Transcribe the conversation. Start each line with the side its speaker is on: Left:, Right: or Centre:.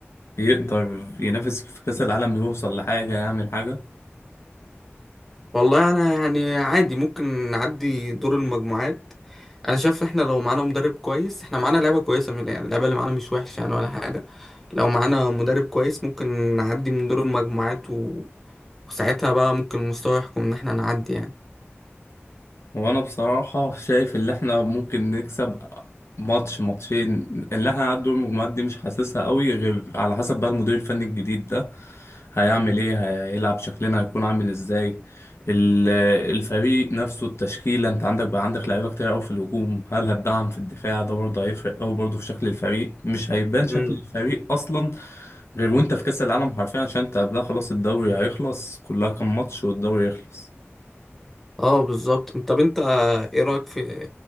Left: يقدر ينافس في كاس العالم يوصل لحاجه يعمل حاجه
Centre: والله انا يعني عادي ممكن نعدي دور المجموعات انا شايف احنا لو معانا مدرب كويس احنا معانا لعبة كويسة من يعني اللعبة اللي معانا مش وحشة يعني ولا حاجة لو معانا مدرب كويس ممكن نعدي من دور المجموعات و... وساعتها بقى ممكن المستوى يحكم ان احنا نعدي يعني
Left: وانا بصراحة شايف اللي احنا ممكن نكسب ماتش ماتشين اللي احنا هنعدي دور المجموعات دي مش حاسسها قوي غير على حسب بقى المدير الفني الجديد ده هيعمل ايه هيلعب شكلنا هيكون عامل ازاي ال- الفريق نفسه التشكيلة انت عندك بقى عندك لعيبة كتير قوي في الهجوم هل هتدعم في الدفاع ده برضه هيفرق قوي برضه في شكل الفريق مش هيبان شكل
Centre: مم.
Left: الفريق اصلا غير وانت في كأس العالم حرفيا عشان انت قبلها خلاص الدوري هيخلص كلها كام ماتش والدوري يخلص
Centre: اه بالظبط طب انت ايه رأيك في